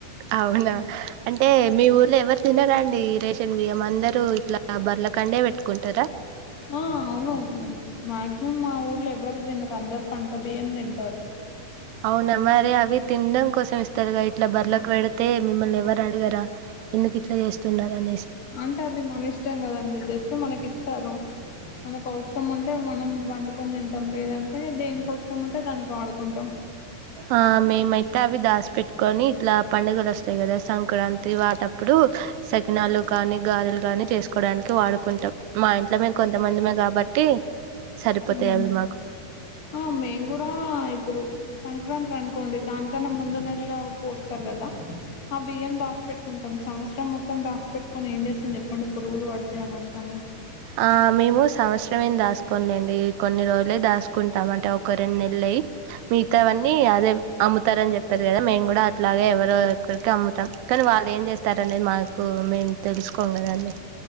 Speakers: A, on the right (about 80°); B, on the left (about 30°).
A: అవునా అంటే మీ ఊర్లో ఎవరు తినారా అండి రేషన్ బియ్యం అందరు ఇట్లా బర్ల కండే పెట్టుకుంటారా
B: ఆ అవును మాక్సిమం మా ఊర్లో ఎవరు తినరు అందరు పంట బియ్యం తింటారు
A: అవునా మరి అవి తిన్డం కోసం ఇస్తారుగా ఇట్లా బర్రలకి పెడితే మిమ్మల్ని ఎవరు అడగరా ఎందుకు ఇట్లా చేస్తున్నారు అనేసి
B: అంటే అది మన ఇష్టం కదండడి జస్ట్ మనకి ఇచ్చారు మనకు అవసరం ఉంటే మనం వండుకొని తింటాం లేదంటే దేనేకి అవస ఏం అంటే దానికి వాడుకుంటాం
A: ఆ మేమైతే అవి దాసి పెట్టుకొని ఇట్లా పండుగలు వస్తాయి కదా సంక్రాంతి వాటప్పుడు సకినాలు కాని గారలు కానీ చేసుకోవడానికి వాడుకుంటా మా ఇంట్లో మేము కొంతమందిమే కాబట్టి సరిపోతాయి
B: హ్మ్
A: అవి మాకు
B: ఆ మేము కూడా ఇప్పుడు సంక్రాంతి అనుకోండి దానికన్నా ముందు నెలలో పోస్తారు కదా ఆ బియ్యం దాసి పెట్టుకుంటాం సంవత్సరం మొత్తం దాసి పెట్టుకుని ఏం చేస్తాం చెప్పండి పురుగులు పడతాయి అనవసరంగా
A: ఆ మేము సంవత్సరం ఏం దాసుకోంలేండి కొన్ని రోజులే దాసుకుంటాం అంటే ఒక రెండు నెల్లే డి మిగతావన్నీ అదే అమ్ముతారని చెప్పారు కదా మేము కూడా అట్లాగే ఎవరో ఒకరికి అమ్ముతాం కానీ వాళ్ళు ఏం చేస్తారనేది మాకు మేము తెలుసుకోం కదండి